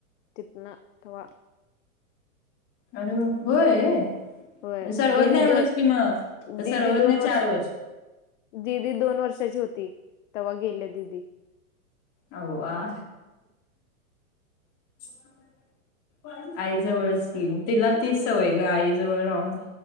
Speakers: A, on the left; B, on the left.
A: तिथनं तेव्हा.
B: अरे बा होय
A: होय
B: सर्वज्ञ
A: दिदी
B: एवढंच किमग
A: दोन दिदी
B: सर्वज्ञचार
A: दोन
B: वर्ष.
A: दिदी दोन वर्षांची होती तेव्हा गेल्या दिदी.
B: आव्वा. <inaudible> आईजवळच क्रीम तिला तीच
A: हम्म.
B: सवय ग आईजवळ राह.